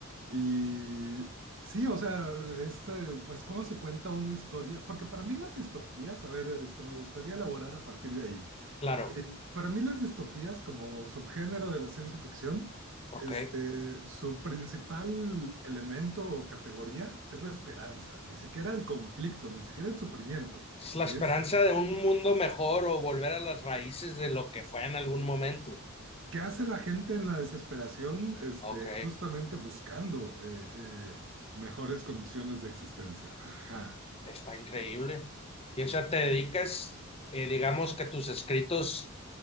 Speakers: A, on the right (about 65°); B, on the left (about 30°).
A: Y sí, o sea, es eh, pues cómo se cuenta una historia, porque para mí las distopías, a ver, este, me gustaría elaborar a partir de ahí.
B: Claro,
A: Para mí las distopías como subgénero de la ciencia ficción,
B: ok.
A: este, su principal elemento o categoría es la esperanza, ni siquiera el conflicto, ni siquiera el sufrimiento,
B: Es la
A: es
B: esperanza de un mundo mejor o volver a las raíces de lo que fue en algún momento.
A: qué hace la gente en la desesperación, este,
B: Ok,
A: justamente buscando eh, eh, mejores condiciones de existencia. Ajá.
B: está increíble. Y o sea, te dedicas, eh, digamos que tus escritos